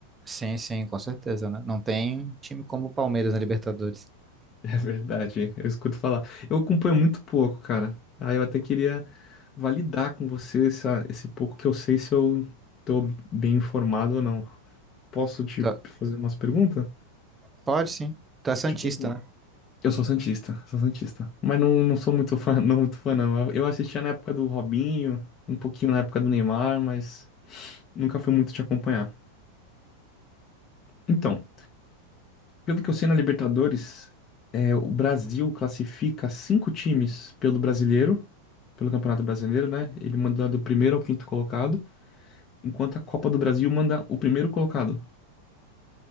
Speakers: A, on the right (about 15°); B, on the left (about 30°).
A: Sim, sim, com certeza, né? Não tem time como o Palmeiras na Libertadores.
B: <laughs> É verdade, eu escuto falar. Eu acompanho muito pouco, cara. Aí eu até queria validar com você essa- esse pouco que eu sei se eu tô bem informado ou não. Posso te
A: Tá-
B: fazer umas perguntas?
A: Pode sim. Tu é santista,
B: Tipo,
A: né?
B: eu sou santista, sou santista. Mas não, não sou muito fã, <laughs> não muito fã, não. Eu assistia na época do Robinho, um pouquinho na época do Neymar, mas nunca fui muito te acompanhar. Então, Pelo que eu sei na Libertadores, é, o Brasil classifica cinco times pelo Brasileiro, pelo Campeonato Brasileiro, né? Ele manda do primeiro ao quinto colocado, enquanto a Copa do Brasil manda o primeiro colocado.